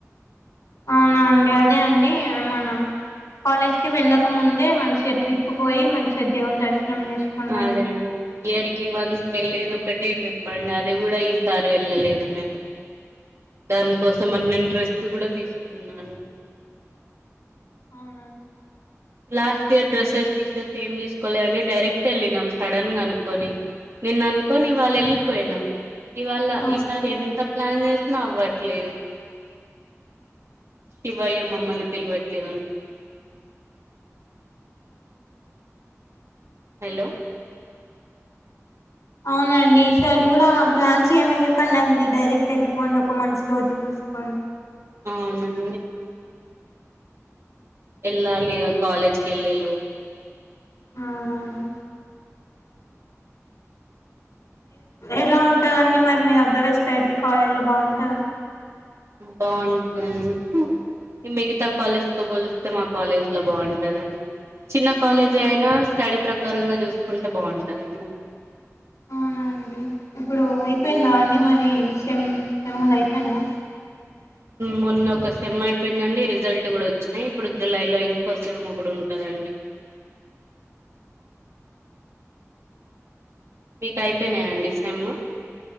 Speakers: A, on the left (about 85°); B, on the right (about 60°).
A: అవునా అండి అదే అండి మనా కాలేజ్కి వెళ్ళక ముందే మంచిగా ట్రిప్ పోయి మంచిగా దేవుని దర్శనం నం చేసుకోండి
B: అదే ఇయర్ కి వన్స్ వెళ్లేది ఒకటే ట్రిప్ అండి అది కూడా ఈసారి వెళ్ళలేదు మేము దాని కోసం అన్న డ్రెస్ కూడా తీసుకున్నాను
A: అవును
B: లాస్ట్ ఇయర్ డ్రెస్సెస్ తీసే ఏం తీసుకోలే అని డైరెక్ట్ వెళ్ళినాం సడన్ గా అనుకొని నిన్న అనుకోని ఇవాళ్ వెళ్ళిపోయినాం ఇవాళ
A: అవును
B: ఈసారి ఎంత ప్లాన్ చేసినా అవ్వట్లేదు శివయ్య మమ్మల్ని పిల్వట్లే హలో
A: అవునండి ఈసారి కూడా ప్లాన్స్ ఏమయ్యకండా అండి డైరెక్ట్ వెళ్ళిపోండి ఒక మంచి రోజు చూసి అవును
B: అవునా అండి వెళ్లాలి కాలేజీకి కెళ్లిలు
A: అవును అవును ఎలా ఉంటదండి మరి మీ దగ్గర స్టడీ కాలేజ్ లో బాగుంటందా
B: బాగుంటుందండి ఈ మిగతా కాలేజ్ తో పోలిస్తే మా కాలేజ్ లో బాగుంటదండి చిన్న
A: అవును
B: కాలేజీ అయినా స్టడీ ప్రకారంగా చూసుకుంటే బాగుంటుందిండి
A: అవునా అండి ఇప్పుడు అయిపోయిందా అండి మరి సేమ్ సేమ్ లు అయిపోయినాయా
B: మొన్న ఒక సెమ్ అయిపోయిందండి రిజల్ట్ కూడా వచ్చినాయి ఇప్పుడు జులై లో ఇంకో సమ్ కూడా ఉంటు కదండి మీకు అయిపోయినాయాండి సెమ్